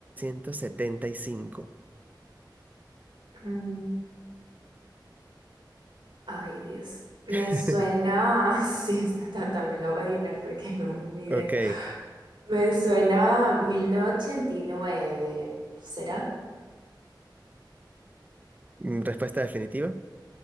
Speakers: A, on the right (about 20°); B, on the right (about 80°).
A: 1975.
B: Mm, Ay, Dios. Me
A: <laughs>
B: suena. <laughs> Sí, esta ta- también la voy a adivinar porque no tengo ni idea.
A: Ok,
B: Me suena a mil novecientos ochenta y nueve, ¿será?
A: mm, respuesta definitiva.